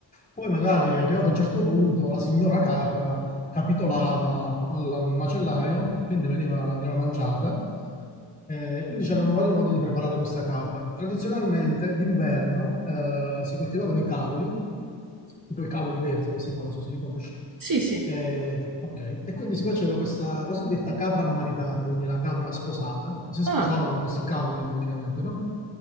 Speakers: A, on the left; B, on the right.
A: poi magari arrivato a un certo punto la signora capra capitolava al macellaio e quindi veniva, veniva mangiata. Eh, quindi c'erano vari modi di preparare questa capra. Tradizionalmente d'inverno eh, si coltivavano i cavoli, tipo i cavoli verza, questi qua non so se li conosci.
B: Sì, sì.
A: Eh, ok, e quindi si faceva questa cosiddetta capra ammaritata, quindi la capra sposata, si sposava
B: Ah.
A: con questi cavoli praticamente, no?